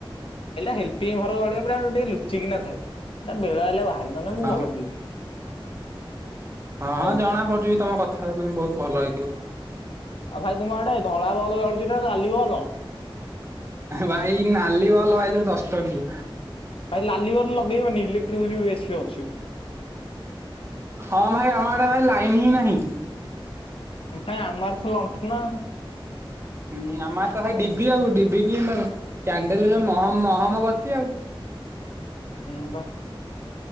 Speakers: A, on the left; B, on the right.
A: ହେଲ୍ପି ଘର ଭଳିଆ ଟିକେ ଲୁଚିକିନା ଥାଏ। ତା ବେଳ ହେଲେ ବାହାରିଲ ନହେଲେ ମୁ
B: ହଁ
A: ଭଲ ପିଲା।
B: ହଁ
A: ହଉ
B: ହଁ
A: ଭାଇ
B: ଜଣା ପଡୁଛିି ବି ତମ କଥା ତମେ ବହୁତ ଭଲ ହେଇଥିବ।
A: ଆଉ ଭାଇ ତୁମ ଆଡେ ଧଳା ବଲ ଚାଳୁଚି ନା ନାଲି ବଲ।
B: ଭାଇ ନାଲି ବଲ ଏ ଯୋଉ ଦଶ ଟଙ୍କିଆ।
A: ଭାଇ ଲାଲି ବଲ ଲଗେଇବନି ଇଲେକ୍ଟ୍ରି ବିଲି ବେସି ହଉଚି।
B: ହଁ ଭାଇ ଆମ ଆଡେ ଭାଇ ଲାଇନ୍ ହିଁ ନାହିଁ।
A: ଭାଇ ଆମର ତ ଲଣ୍ଠନ ଆଁଉ।
B: ହୁଁ ଆମ ତ ଭାଇ ଡିବି ଆଉ। ଡିବିିକି କ୍ୟାଣ୍ଡେଲ ଯୋଉ ମହ ମହମବତୀ ଆଉ।
A: ହୁଁ ବା